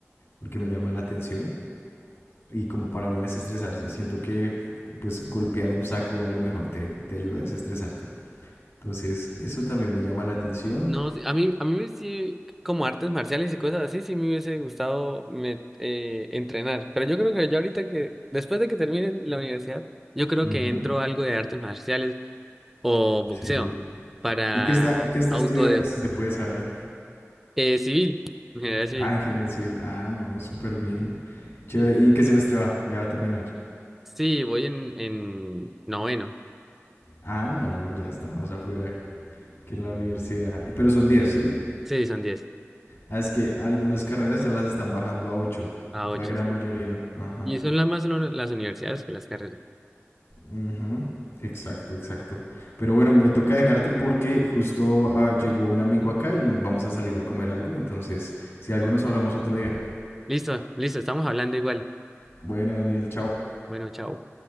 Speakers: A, on the left; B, in the centre.
A: porque me llama la atención. Y como para no desestresarse, siento que pues golpear un saco a lo mejor te, te ayuda a desestresarte. Entonces, eso también me llama la atención.
B: No, sí, a mí, a mí sí, como artes marciales y cosas así, sí me hubiese gustado me- eh, entrenar. Pero yo creo que ya ahorita que, después de que termine la universidad, yo creo
A: Ujú,
B: que entro a algo de artes marciales o boxeo
A: Sí.
B: para
A: ¿Y qué está, qué está
B: auto
A: estudiando,
B: de,
A: si se puede saber?
B: eh, civil, ingeniería civil.
A: Ah, ingeniería civil. Ah, no, súper bien. Chévere. ¿Y en qué semestre va? Ya va a terminar.
B: Sí, voy en, en noveno.
A: Ah, no, ya está más afuera que en la universidad. Eh, Pero son 10, ¿sí?
B: Sí, son 10
A: Ah, es que algunas carreras ya las están bajando a ocho,
B: a ocho
A: La gran
B: sí.
A: mayoría. Ajá.
B: Y son las más son las universidades que las carreras.
A: Ujú, Exacto, exacto. Pero bueno, me toca dejarte porque justo ah, llegó un amigo acá y vamos a salir a comer algo. Entonces, si algo nos hablamos otro día.
B: Listo, listo, estamos hablando igual.
A: Bueno, Daniel, chao.
B: Bueno, chao.